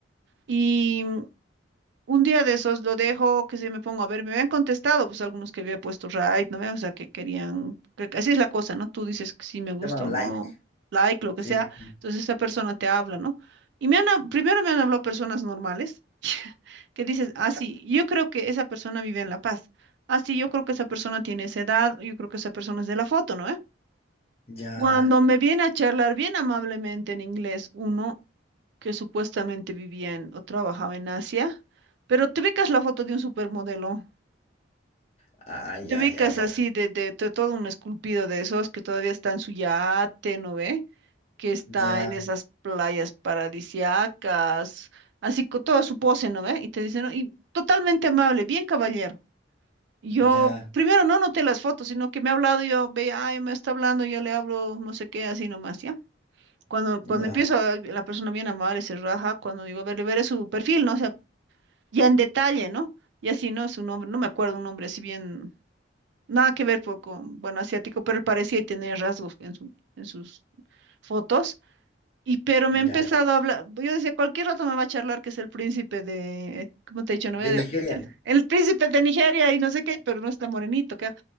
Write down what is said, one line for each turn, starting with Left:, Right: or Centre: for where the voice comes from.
Right: Y un día de esos lo dejo, que si me pongo a ver, me habían contestado, pues algunos que había puesto right, ¿no? ve? O sea, que querían, que- así es la cosa, ¿no? Tú dices que si me gusta
Left: Se llaman
Right: o no,
Left: like,
Right: like, lo que
Left: sí,
Right: sea,
Left: sí,
Right: entonces esa persona te habla, ¿no? Y me han, hab- primero me han hablado personas normales, <laughs> que dices, ah, sí, yo creo que esa persona vive en La Paz, ah, sí, yo creo que esa persona tiene esa edad, yo creo que esa persona es de la foto, ¿no? eh?
Left: ya.
Right: Cuando me viene a charlar bien amablemente en inglés, uno que supuestamente vivían o trabajaba en Asia, pero te ubicas la foto de un supermodelo,
Left: Ay,
Right: te
Left: ay,
Right: ubicas
Left: ay, ay,
Right: así de, de, to- todo un esculpido de esos que todavía está en su yate, ¿no ve? Que está
Left: ya,
Right: en esas playas paradisiacas, así con toda su pose, ¿no ve? Y te dicen, "No, y totalmente amable, bien caballero. Yo
Left: ya.
Right: primero no noté las fotos, sino que me ha hablado, yo veía, ay, me está hablando, yo le hablo, no sé qué, así nomás, ¿ya? Cuando,
Left: Ya,
Right: cuando Ya. empiezo, a- la persona bien amable se raja, cuando digo, a ver, veré su perfil, ¿no? ya en detalle, ¿no? Y así, ¿no? Su nombre, no me acuerdo un nombre así bien, nada que ver po- con, bueno, asiático, pero él parecía tener rasgos en su, en sus fotos. Y pero me
Left: ya.
Right: ha Ya. empezado a hablar, yo decía, cualquier rato me va a charlar que es el príncipe de, eh, ¿cómo te he dicho? No?
Left: De
Right: De-
Left: Nigeria.
Right: el príncipe de Nigeria y no sé qué, pero no está morenito, que